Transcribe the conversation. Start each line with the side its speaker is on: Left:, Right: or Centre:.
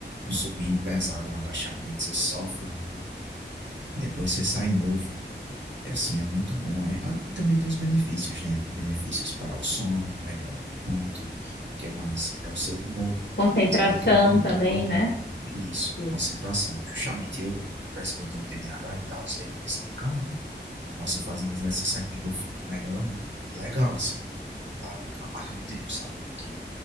Right: um supino pesado, um agachamento, você sofre lá, depois você sai novo. É assim, é muito bom. É, ah, e também tem os benefícios, né? Tem benefícios para o sono, melhora muito. O que é mais? Para o seu humor,
Left: Concentração
Right: serotonina,
Left: também,
Right: dopamina,
Left: né?
Right: tudo isso,
Left: Isso.
Right: concentração. Justamente eu, por exemplo, eu tenho um TDAH e tal, e aí eu percebi, caramba, nossa, eu fazendo exercício aqui, meu foco melhora muito. Legal, assim, pela capaz do tempo, sabe? Então,